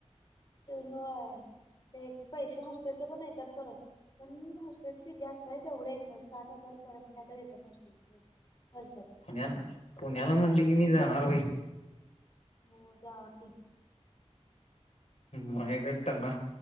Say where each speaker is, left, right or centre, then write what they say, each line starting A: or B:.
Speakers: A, on the left; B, on the left.
A: ते होय ते पैसे हॉस्टेलच पण येतात परत पण हॉस्टेल फीस जास्त आहे पण तेवढे येत नाही साठ हजार पर्यंत काय तरी येतात परत. हर्षद
B: पुण्याला पुण्याला
A: वायरमन
B: म्हणली
A: आलेले
B: की मी
A: म्हणजे
B: जाणार बाई
A: हो जावा की
B: मायग्टना